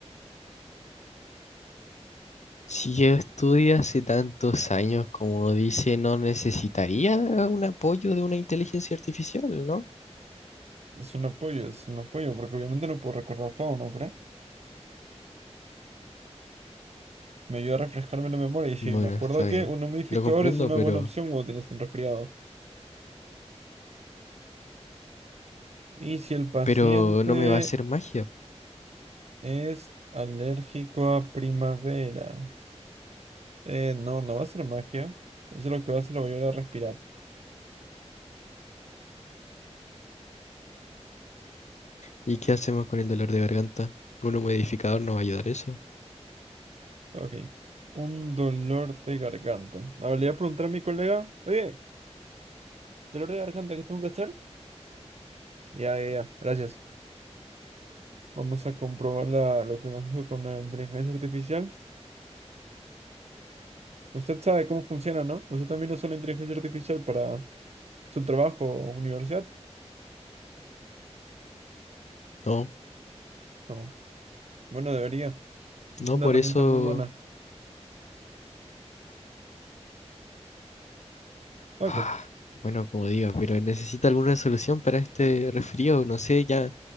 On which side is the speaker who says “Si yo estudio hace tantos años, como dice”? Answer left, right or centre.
Left